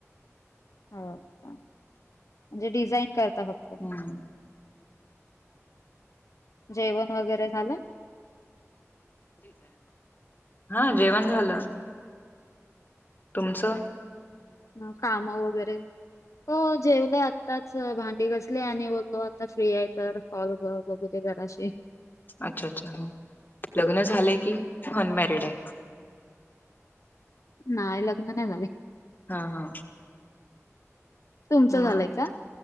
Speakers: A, on the left (about 80°); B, on the left (about 40°).
A: हो म्हणजे डिझाईन करता फक्त?
B: ना
A: जेवण वगैरे झालं?
B: हा जेवण झालं. तुमचं?
A: ह काम वगैरे? हो जेवलं आत्ताच भांडी घासली, आणि बोललो आता फ्री आहे तर कॉल करून बघूदे! जराशे.
B: अच्छा अच्छा लग्न झालंय की अनमॅरिड आहे?
A: नाहीय लग्न नाही झाल.
B: हा हा.
A: तुमचं
B: मग,
A: झालंय का?